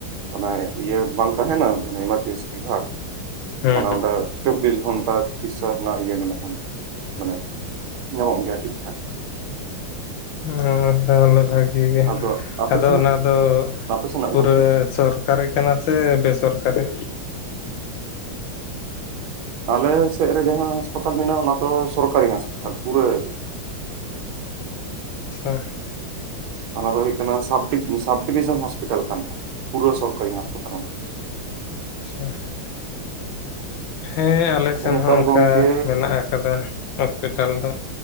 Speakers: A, on the right; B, on the left.
A: ᱚᱱᱟ ᱤᱭᱟᱹ ᱵᱟᱝ ᱛᱟᱦᱮᱱᱟ ᱮᱢᱟᱨᱡᱮᱱᱥᱤ ᱵᱤᱵᱷᱟᱜᱽ,
B: ᱦᱮᱸ
A: ᱚᱱᱟ ᱚᱸᱰᱮᱼᱼ ᱪᱚᱵᱽᱵᱤᱥ ᱜᱷᱚᱱᱴᱟ ᱪᱤᱠᱤᱛᱥᱟ ᱨᱮᱱᱟᱜ ᱤᱭᱟᱹ ᱢᱮᱱᱟᱜᱼᱟ, ᱢᱟᱱᱮ ᱧᱟᱢᱚᱜ ᱜᱮᱭᱟ ᱴᱷᱤᱠ ᱴᱷᱟᱠ ᱾
B: ᱦᱮ ᱛᱟᱦᱚᱞᱮ ᱵᱷᱟᱜᱤ ᱜᱮ,
A: ᱟᱫᱚ ᱟᱯᱮ
B: ᱟᱫᱚ
A: ᱥᱮᱱᱟᱜ
B: ᱚᱱᱟ ᱫᱚ
A: ᱟᱯᱮ ᱥᱮᱱᱟᱜ
B: ᱯᱩᱨᱟᱹᱼᱼ
A: ᱜᱚᱝᱠᱮ?
B: ᱥᱚᱨᱠᱟᱨᱤ ᱠᱟᱱᱟ ᱥᱮ ᱵᱮᱥᱚᱨᱠᱟᱨᱤ?
A: ᱟᱞᱮ ᱥᱮᱫ ᱨᱮ ᱡᱟᱦᱟᱸ ᱦᱟᱸᱥᱯᱟᱛᱟᱞ ᱢᱮᱱᱟᱜᱼᱟ, ᱚᱱᱟ ᱫᱚ ᱥᱚᱨᱠᱟᱨᱤ ᱦᱟᱸᱥᱯᱟᱛᱟᱞ, ᱯᱩᱨᱟᱹ ᱾
B: ᱥᱮ ᱾
A: ᱚᱱᱟ ᱫᱚ ᱦᱳᱭᱳᱜ ᱠᱟᱱᱟ ᱥᱟᱵᱽ, ᱥᱟᱵᱽ ᱰᱤᱵᱷᱤᱥᱚᱱ ᱦᱚᱥᱯᱤᱴᱟᱞ ᱠᱟᱱᱟ ᱯᱩᱨᱟᱹ ᱥᱚᱨᱠᱟᱨᱤ ᱦᱟᱸᱥᱯᱟᱛᱟᱞ ᱾ ᱨᱮᱱᱟᱜ
B: ᱟᱪᱪᱷᱟ <unintelligible> ᱦᱮᱸ ᱟᱞᱮ
A: ᱟᱫᱚ
B: ᱥᱮᱱ
A: ᱱᱮᱛᱟᱨ
B: ᱦᱚᱸ ᱚᱱᱠᱟ
A: ᱜᱚᱝᱠᱮ
B: ᱢᱮᱱᱟᱜ ᱟᱠᱟᱫᱟ ᱦᱳᱥᱯᱤᱴᱟᱞ ᱫᱚ᱾